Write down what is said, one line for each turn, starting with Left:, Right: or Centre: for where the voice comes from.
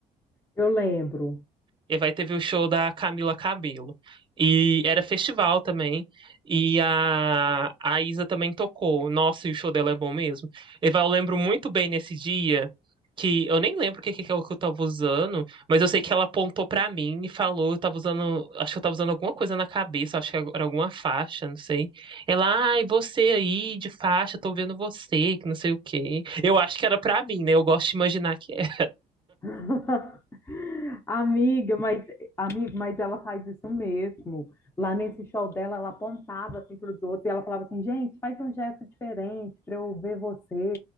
Left: Eu lembro.
Right: E vai teve o show da Camila Cabello. E era festival também. E a, a Isa também tocou. Nossa, e o show dela é bom mesmo. E vai, eu lembro muito bem nesse dia que eu nem lembro o que, que, que eu tava usando, mas eu sei que ela apontou pra mim e falou, eu tava usando, acho que eu tava usando alguma coisa na cabeça, acho que era alguma faixa, não sei. Ela, ai, você aí de faixa, tô vendo você, que não sei o quê. Eu acho que era pra mim, né? Eu gosto de imaginar que é.
Left: <laughs> Amiga, mas amigo, mas ela faz isso mesmo. Lá nesse show dela, ela apontava assim para os outros e ela falava assim, gente, faz um gesto diferente para eu ver você.